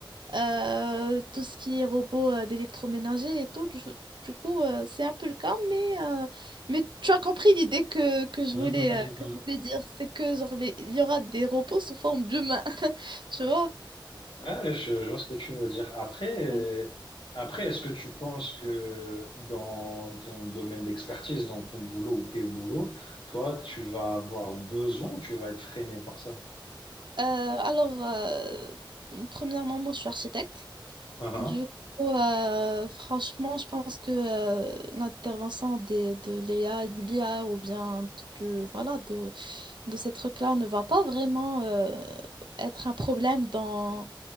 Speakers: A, on the right; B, on the left.
A: euh, tout ce qui est robot euh, d'électroménager et tout. Du, du coup, euh, c'est un peu le cas, mais, euh, mais tu as compris l'idée que, que je
B: Mhm,
A: voulais,
B: mhm,
A: euh, que
B: mhm.
A: je voulais dire. C'est que genre, les- il y aura des robots sous forme d'humains, <laughs> tu vois?
B: Ouais, je, je vois ce que tu veux dire. Après, euh,
A: Ouais.
B: après, est-ce que tu penses que dans ton domaine d'expertise, dans ton boulot ou tes boulots, toi, tu vas avoir besoin ou tu vas être freiné par ça?
A: Euh, alors, euh, premièrement, moi, je suis architecte.
B: Mhm.
A: Du coup, euh, franchement, je pense que euh, l'intervention des, de l'IA, de l'IA ou bien de voilà, de ces trucs-là ne va pas vraiment euh, être un problème dans,